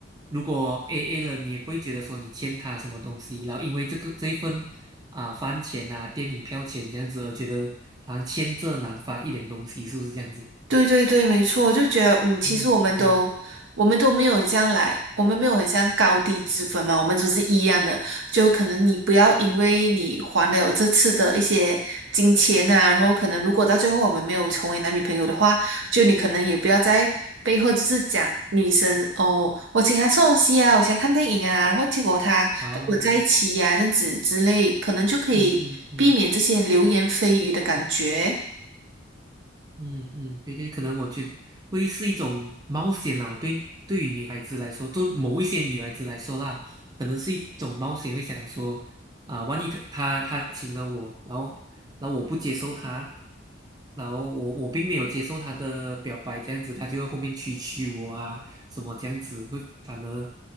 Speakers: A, on the right (about 20°); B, on the right (about 70°).
A: 如果 AA 了，你也不会觉得说你欠他什么东西，然后因为这个这一份啊、饭钱啊、电影票钱这样子而觉得好像欠这男方一点东西，是不是这样子？
B: 对对对，没错，就觉得嗯，其实我们都我们都没有很像来，
A: 嗯嗯，嗯
B: 我们没有很像高低之分嘛，我们都是一样的。就可能你不要因为你还了这次的一些金钱啊，然后可能如果到最后我们没有成为男女朋友的话，就你可能也不要在背后就是讲女生哦，我请她吃东西啊，我想看电影啊，然后结果她跟我在一起呀、
A: 哦，
B: 这样子之类，可能就可以避免这些流言蜚语的感觉。
A: 嗯嗯嗯。嗯嗯，对对，可能我觉得会是一种冒险啦。我对对于女孩子来说，对某一些女孩子来说啦，可能是一种冒险，会想说啊、万一她她她请了我，然后然后我不接受她，然后我我并没有接受她的表白，这样子她就会后面蛐蛐我啊，什么这样子会反而